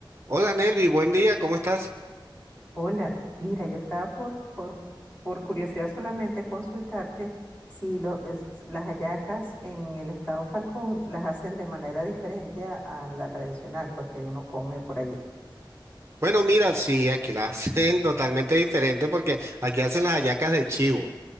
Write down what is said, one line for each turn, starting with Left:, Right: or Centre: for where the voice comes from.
Right: Hola Nelvi, buen día, ¿cómo estás?
Left: Hola, mira, yo estaba por, por, por curiosidad solamente consultarte si lo- es- las hallacas en el estado Falcón las hacen de manera diferente a, a la tradicional, pues que uno come por allí.
Right: Bueno, mira, sí, aquí la hacen <laughs> totalmente diferente porque aquí hacen las hallacas de chivo.